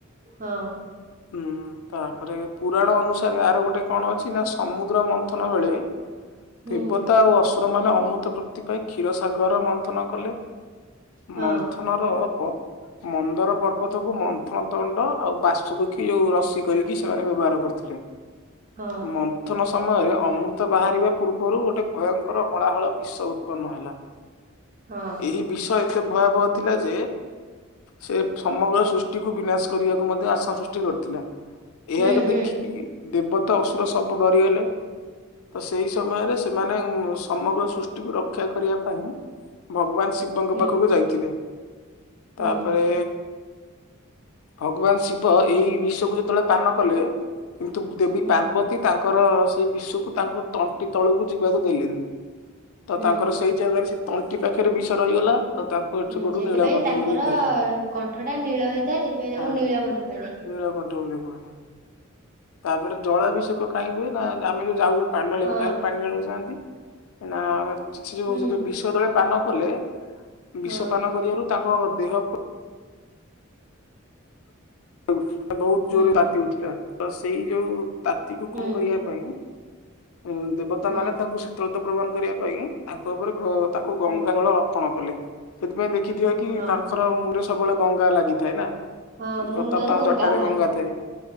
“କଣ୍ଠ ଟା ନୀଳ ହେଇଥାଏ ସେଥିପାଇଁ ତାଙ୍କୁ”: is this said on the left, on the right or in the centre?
Right